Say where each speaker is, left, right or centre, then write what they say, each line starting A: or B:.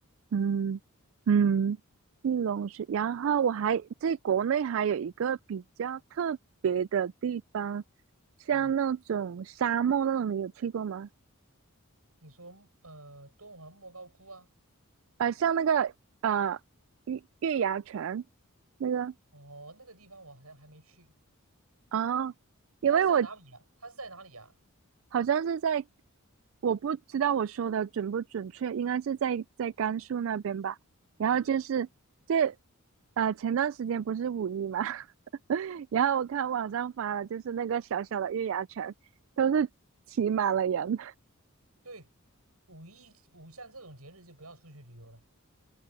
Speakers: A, on the right; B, on the right.
A: 嗯嗯，玉龙雪，然后我还在国内还有一个比较特别的地方，像那种沙漠那种，
B: 哪里？
A: 你有去过吗？
B: 你说呃，敦煌莫高窟啊？
A: 呃，像那个呃月月牙泉那个
B: 哦，那个地方我好像还没去，
A: 啊，因为我
B: 它是在哪里啊？它是在哪里呀、
A: 好像是在，我不知道我说的准不准确，应该是在在甘肃那边吧。然后就是这，
B: 哦，对
A: 啊，前段时间不是五一嘛，<laughs> 然后我看网上发了，就是那个小小的月牙泉都是挤满了人，
B: 对，五一五像这种节日就不要出去旅游了。